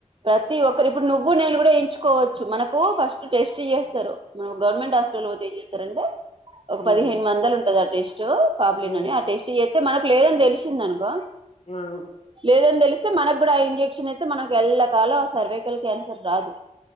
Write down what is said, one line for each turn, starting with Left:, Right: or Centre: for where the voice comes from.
Right: ప్రతి ప్రతి ఒకరు ఇప్పుడు నువ్వు నేను కూడా వేయించుకోవచ్చు మనకు ఫస్ట్ టేస్ట్ చేస్తారు ఆ గవర్నమెంట్ హాపిటల్కి పోతే ఏంచేస్ ఇం <unintelligible> ఒక
Left: ఉమ్
Right: పదిహేను మందలు ఉంటది ఏష్ సో పాబ్లి
Left: ఉమ్
Right: ననే ఆ టేస్ట్ ఎ అయితే మనకు లేదని తెలిసషిందనుకో
Left: అవ్
Right: లేదని తెలిస్తే మనకు కూడా ఆయన చె క్షన్ అయితే మనకు ఎళ్ల కాలం సర్వైకల్ క్యాన్సర్ రాదు